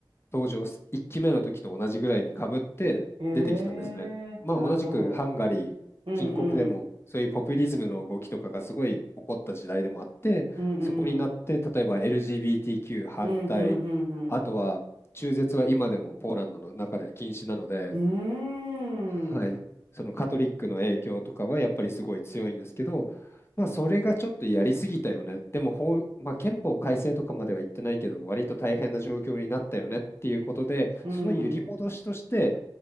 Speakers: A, on the left (about 30°); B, on the right (about 85°).
A: 登場す、1期目の時と同じぐらいにかぶって出てきたんですね。
B: へえ、
A: まあ、
B: なるほど。
A: 同じくハンガリー、
B: うんうん。
A: 近国でもそういうポピュリズムの動きとかがすごい起こった時代でもあって、
B: うんうん。
A: そこになって例えば LGBTQ 反対、
B: うんうんう
A: あとは中絶は今でもポーランドの中で禁止なので、
B: んうん。
A: はい、
B: うーん。
A: そのカトリックの影響とかはやっぱりすごい強いんですけど、まあ、それがちょっとやりすぎたよね、でも法、まあ、憲法改正とかまでは言ってないけど、割と大変な状況になったよねっていうことで、
B: うん。
A: その揺り戻しとして、